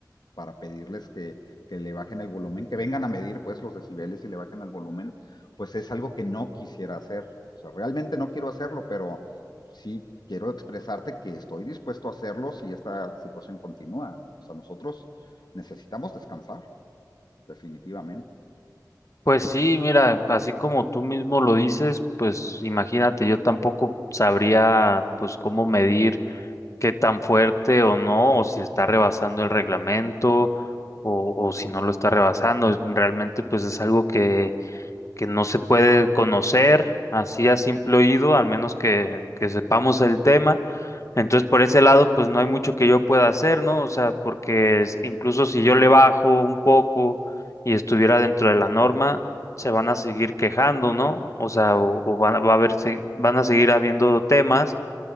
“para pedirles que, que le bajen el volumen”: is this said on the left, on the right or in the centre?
Left